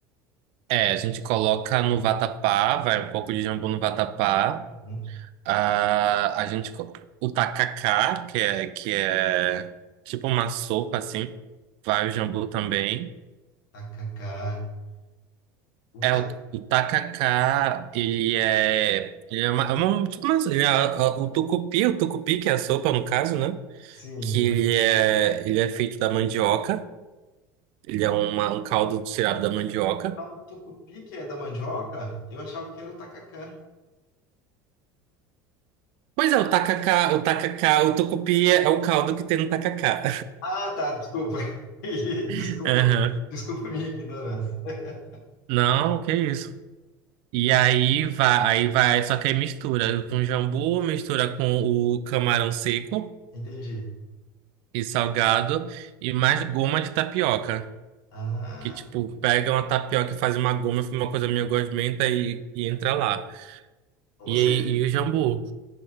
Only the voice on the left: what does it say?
Hum,
Tacacá. O
taco,
sim.
Ah, o tucupi que é da mandioca? Eu achava que era o tacacá.
Ah, tá, desculpa. <laughs>
Desculpa.
Desculpa a minha ignorância. <laughs>
Entendi.
Ah,
ou
seja,